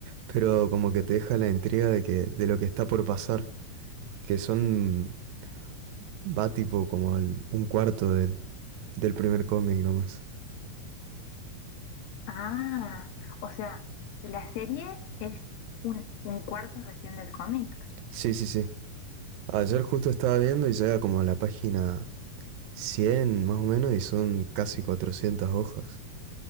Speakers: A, on the right; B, on the left.
A: pero como que te deja la intriga de que, de lo que está por pasar, que son, va tipo como el- un cuarto del, del primer cómic nomás.
B: Ah, o sea, la serie es un, un cuarto recién del cómic.
A: Sí, sí, sí. Ayer justo estaba viendo y llega como a la página 100 más o menos y son casi 400 hojas.